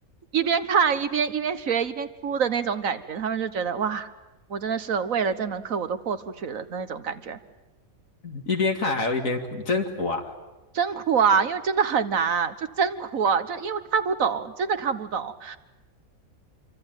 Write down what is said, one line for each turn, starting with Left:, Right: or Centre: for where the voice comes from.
Right: 一边看一边一边学一边哭的那种感觉，他们就觉得哇，我真的是为了这门课我都豁出去了的那种感觉，
Left: 一边看还要一边哭，真苦啊！
Right: 真苦啊，因为真的很难啊，就真苦啊就因为看不懂，真的看不懂。